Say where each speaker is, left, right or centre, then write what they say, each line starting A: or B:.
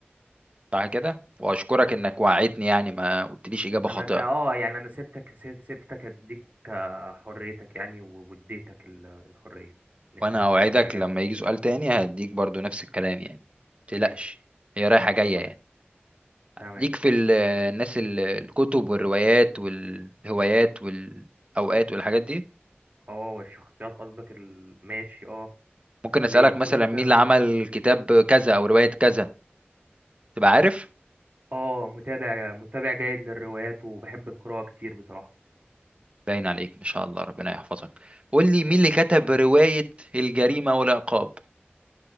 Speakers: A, on the right (about 30°); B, on the right (about 45°).
A: صح كده واشكرك
B: صح
A: انك وعدتني يعني ما قلتليش اجابة
B: انا
A: خاطئة
B: ده اه يعني انا سبتك سيب- سبتك اديك آه، حريتك يعني و- واديتك ال- الحرية ان انت
A: وانا
B: بتحاول
A: اوعدك
B: تراجع
A: لما
B: نفسك
A: يجي سؤال تاني هديك برضو نفس الكلام يعني متقلقش
B: ماشي
A: هي رايحة جاية
B: تمام
A: يعني
B: تمام
A: ليك في ال- الناس ال- الكتب والروايات والهوايات والاوقات والحاجات دي
B: اه الشخصيات قصدك ال... ماشي اه
A: ممكن اسالك
B: ليا في
A: مثلا
B: كل الكلام
A: مين اللي عمل
B: ده
A: كتاب كذا او روايه كذا تبقى عارف
B: اه متابع متابع جيد للروايات وبحب القراءة كتير بصراحة
A: باين عليك ما شاء الله ربنا يحفظك قول لي
B: يعني
A: مين اللي كتب روايه الجريمه والعقاب